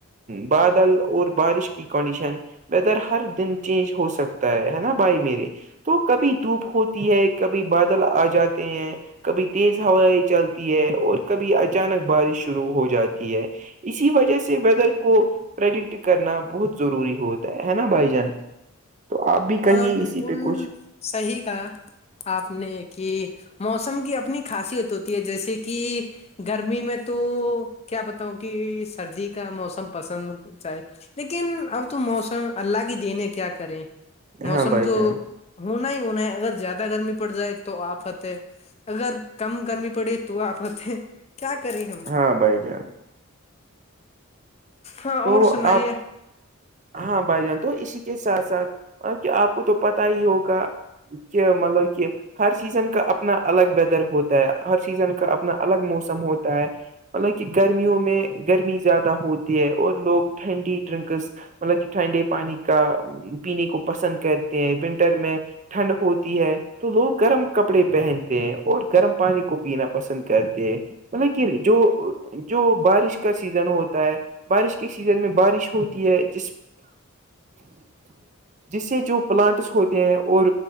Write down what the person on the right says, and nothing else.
بادل اور بارش کی کنڈیشن ویدر ہر دن چینج ہو سکتا ہے ہے نا بھائی میرے تو کبھی دھوپ ہوتی ہے کبھی بادل آ جاتے ہیں کبھی تیز ہوائیں چلتی ہے اور کبھی اچانک بارش شروع ہو جاتی ہے اسی وجہ سے ویدر کو پرڈکٹ کرنا بہت ضروری ہوتا ہے ہے نا بھائی جان تو آپ بھی کہیے
اسی پہ کچھ
ہاں بھائی
جان
ہاں بھائی جان
تو
آپ ہاں بھائی جان تو اسی کے ساتھ ساتھ ا کہ آپ کو تو پتا ہی ہوگا کہ مطلب کہ ہر سیزن کا اپنا الگ ویدر ہوتا ہے ہر سیزن کا اپنا الگ موسم ہوتا ہے مطلب کہ گرمیوں میں گرمی زیادہ ہوتی ہے اور لوگ ٹھنڈی ڈرنکس مطلب ٹھنڈے پانی کا پینے کو پسند کرتے ہیں ونٹر میں ٹھنڈ ہوتی ہے تو لوگ گرم کپڑے پہنتے ہیں اور گرم پانی کو پینا پسند کرتے ہیں مطلب کہ جو جو بارش کا سیزن ہوتا ہے بارش کے سیزن میں بارش ہوتی ہے جس جس سے جو پلانٹس ہوتے ہیں اور